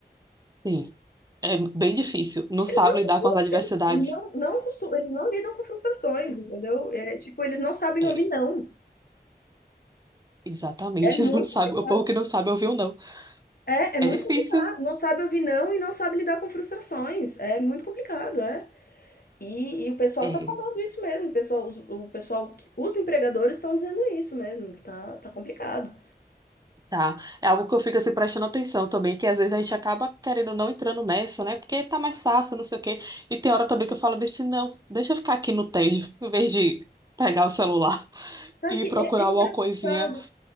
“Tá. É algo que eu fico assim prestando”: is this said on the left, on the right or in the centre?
Right